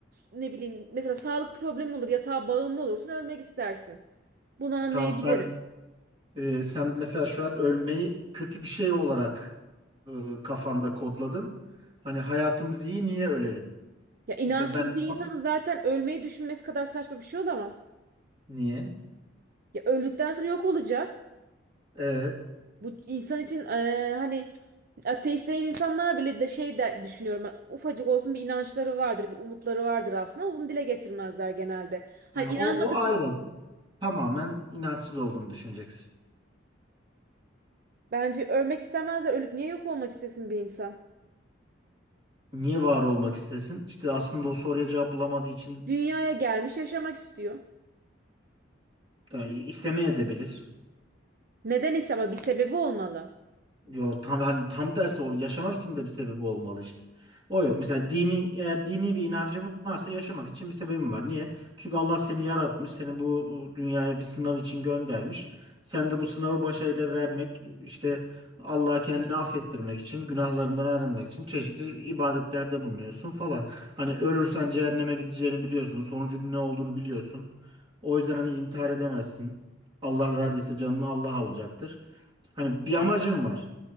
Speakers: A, on the right; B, on the right.
A: ne bileyim mesela sağlık problemi olur, yatağa bağımlı olursun, ölmek istersin. Bunu anlayabilirim.
B: Tamam sen Ee, sen mesela şu an ölmeyi kötü bir şey olarak e, kafanda kodladın. Hani hayatımız iyi niye ölelim?
A: Ya inançsız
B: Mesela ben
A: bir
B: tam
A: insanın zaten ölmeyi düşünmesi kadar saçma bir şey olamaz.
B: niye?
A: Ya öldükten sonra yok olacak.
B: Evet.
A: Bu insan için eee, hani ateist değil insanlar bile de şey de düşünüyorum. ben, Ufacık olsun bir inançları vardır, bir umutları vardır aslında ama bunu dile getirmezler genelde. Hani
B: Yani
A: inanmadık
B: o, o ayrı. Tamamen inançsız olduğunu düşüneceksin.
A: Bence ölmek istemezler. Ölüp niye yok olmak istesin bir insan?
B: Niye var olmak istesin? İşte aslında o soruya cevap bulamadığı için
A: Dünyaya gelmiş yaşamak istiyor.
B: yani istemeye de bilir.
A: Neden ise ama bir sebebi olmalı.
B: Yo tam hani tam tersi o yaşamak için de bir sebebi olmalı işte. O yok. Mesela dini eğer dini bir inancın varsa yaşamak için bir sebebin var. Niye? Çünkü Allah seni yaratmış, seni bu dünyaya bir sınav için göndermiş. Sen de bu sınavı başarıyla vermek, işte Allah'a kendini affettirmek için, günahlarından arınmak için çeşitli ibadetlerde bulunuyorsun falan. Hani ölürsen cehenneme gideceğini biliyorsun, sonucun ne olduğunu biliyorsun. O yüzden hani intihar edemezsin. Allah verdiyse canını Allah alacaktır. Hani bir amacın var